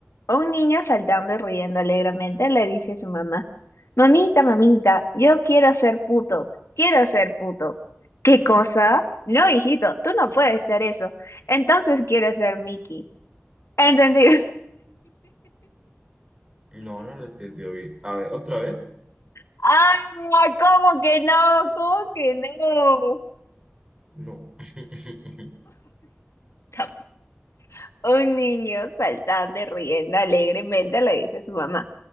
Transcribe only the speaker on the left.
Un niño saltando y riendo alegremente le dice a su mamá. Mamita, mamita, yo quiero ser puto, quiero ser puto. ¿Qué cosa? No, hijito, tú no puedes ser eso. Entonces quiero ser Mickey. ¿Entendido?
<laughs> ¡Ah! ¿Cómo que no? ¿Cómo que no?
Tam- Un niño saltando y riendo alegremente le dice a su mamá,